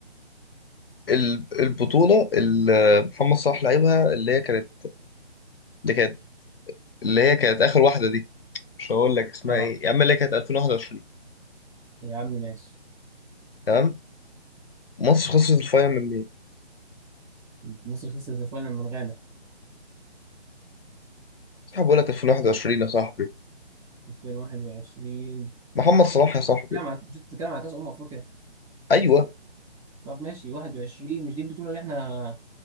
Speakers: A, on the left; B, in the centre.
A: ال- البطوله اللي محمد صلاح لعبها اللي هي كانت اللي كانت اللي هي كانت اخر واحده دي مش هقول لك اسمها
B: اه
A: ايه يا عم اللي هي كانت 2021
B: يا عم ماشي
A: تمام مصر خسرت الفاينل من مين
B: مصر خسرت الفاينل من غانا
A: صاحبي بقول لك 2021 يا صاحبي
B: 2021
A: محمد صلاح يا صاحبي
B: بتتكلم على مش بتتكلم على كاس امم افريقيا
A: ايوه
B: طب ماشي 21 مش دي البطوله اللي احنا